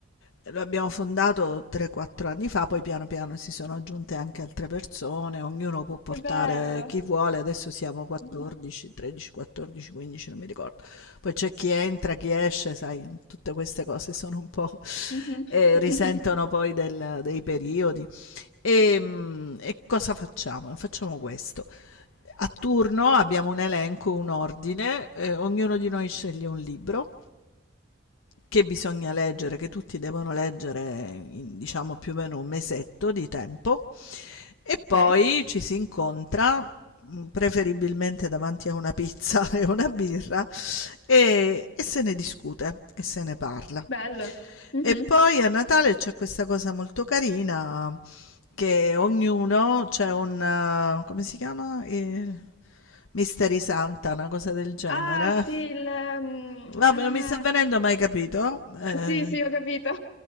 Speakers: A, on the left; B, on the left.
A: lo abbiamo fondato 3-4 anni fa, poi piano piano si sono aggiunte anche altre persone, ognuno può portare
B: Che bello!
A: chi vuole, adesso siamo 14,
B: Mhm.
A: 13, 14, 15, non mi ricordo. Poi c'è chi entra, chi esce, sai, tutte queste cose sono un po'
B: Mhm.
A: eh,
B: <laughs>
A: risentono poi del- dei periodi. E, mm, e cosa facciamo? Facciamo questo. A turno abbiamo un elenco, un ordine, eh, ognuno di noi sceglie un libro che bisogna leggere, che tutti devono leggere in diciamo più o meno un mesetto di tempo e poi
B: Ok,
A: ci si incontra mh, preferibilmente davanti a una pizza <laughs> e una birra e, e se ne discute e se ne parla.
B: bello. Mhm.
A: E poi a Natale c'è questa cosa molto carina che ognuno c'è un, eh, come si chiama? Il Mystery Santa, una cosa del genere.
B: Ah, sì, il... mm,
A: Vabbè,
B: eh,
A: non mi sta venendo mai capito. eh.
B: sì, sì, ho capito.